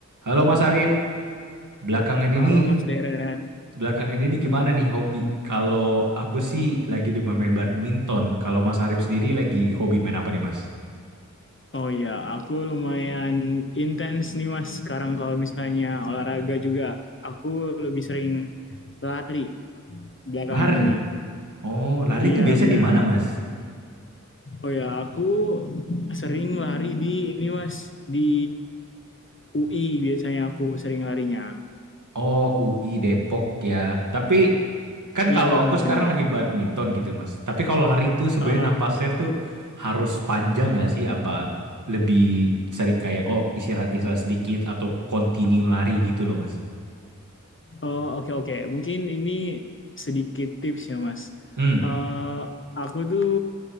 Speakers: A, on the right; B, on the left.
A: Halo Mas Arif, belakangan
B: Halo
A: ini
B: Mas Deren.
A: belakangan ini gimana nih hobi? Kalau aku sih lagi demen main badminton. Kalau Mas Arif sendiri lagi hobi main apa nih Mas?
B: Oh iya, aku lumayan intens nih Mas sekarang kalau misalnya olahraga juga. Aku lebih sering lari belakangan
A: Lari.
B: ini.
A: Oh, lari
B: Iya
A: tuh biasa
B: benar.
A: di mana Mas?
B: Oh ya, aku sering lari di ini Mas, di UI biasanya aku sering larinya.
A: Oh, UI Depok ya. Tapi kan
B: Iya
A: kalau aku sekarang
B: benar.
A: lagi badminton gitu Mas. Tapi kalau lari tuh sebenarnya
B: Ah,
A: napasnya
B: ah.
A: tuh harus panjang nggak sih? Apa lebih sering kayak oh istirahat istirahat sedikit atau continue lari gitu loh Mas?
B: oh oke oke. Mungkin ini sedikit tips ya Mas.
A: Hmm,
B: Eh, aku tuh